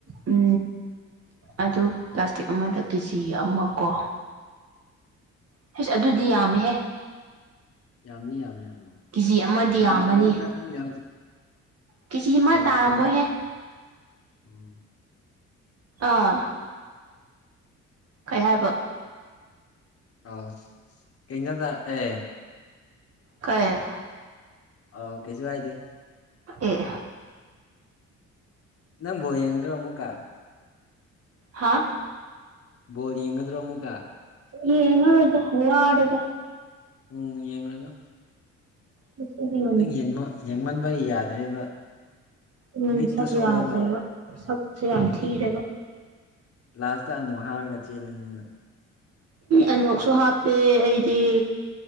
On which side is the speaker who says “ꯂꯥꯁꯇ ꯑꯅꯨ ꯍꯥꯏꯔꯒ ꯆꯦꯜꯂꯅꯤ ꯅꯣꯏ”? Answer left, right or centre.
Left